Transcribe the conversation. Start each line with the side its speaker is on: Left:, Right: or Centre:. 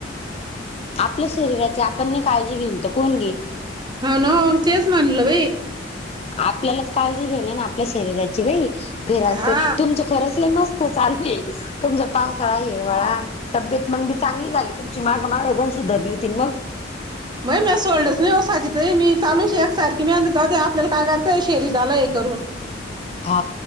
Left: आपल्या शरीराची आपण नाही काळजी घेन त कोण घेईन.
Right: ह नाोग तेच मनल भाई.
Left: आपल्याला काळजी घेणे ना आपल्या शरीराची बाई फिरा
Right: हा
Left: तुमच? खरचले मस्त चालू तुमचा पावसा आहे केवळा तब्येत मग बी चांगली झाली तुमची माग माग अगण सुधरली होती मग
Right: मग म सोल्डर्स नाहीसा मी लू एकसारखी मह जा आपल्याला काय करताय शेरी झा आलाय करून
Left: हा